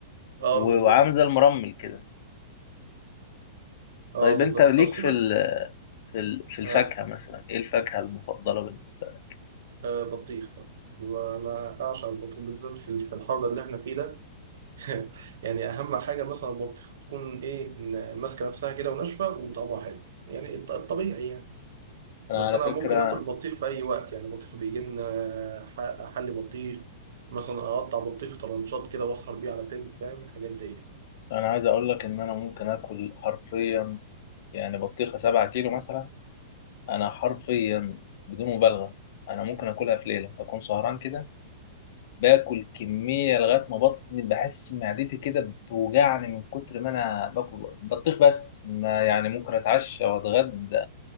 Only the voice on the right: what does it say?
اه
بالظبط
اه
بالظبط
طب سيبك
آه.
آه بطيخ آه. وانا اعشق البطيخ بالذات في في الحر اللي احنا فيه ده <laughs> يعني اهم حاجه مثلا البطيخه تكون ايه ن- ماسكه نفسها كده وناشفه وطعمها حلو يعني الط- الطبيعي يعني
بس
انا
ممكن اكل بطيخ في اي وقت يعني بطيخ بيجي لنا ح- حل بطيخ مثلا اقطع بطيخ طرنشات كده واسهر بيه على فيلم فاهم الحاجات دي